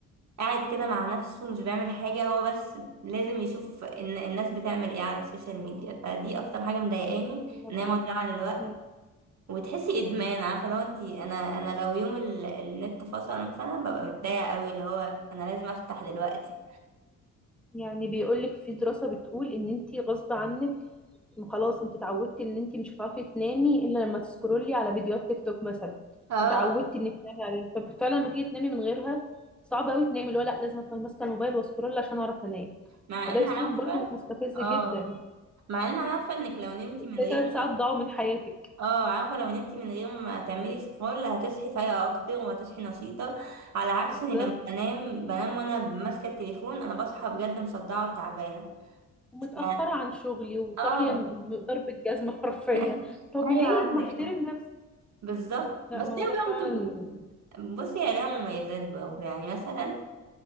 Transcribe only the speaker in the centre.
انا
معاك
مم.
يعني بيقول لك في دراسة بتقول ان انت غصب عنك م- خلاص انت اتعودتي ان انت مش هتعرفي تنامي الا لما تسكرولي على فيديوهات تيك توك مثلا
اتعودتي انك تنامي على ففعلا لما تيجي تنامي من غيرها صعب قوي تنامي اللي هو لا لازم افضل ماسكه الموبايل واسكرول عشان اعرف انام
فده
اسلوب
برضو مستفز
جدا
زي
ثلاث ساعات ضاعوا من حياتك
بالظبط
ومتاخره
عن شغلي وصاحيه
م- ضرب الجزمه حرفيا
طب
ليه
ما احترم
نفسي
لا
ما
هو ده فعلا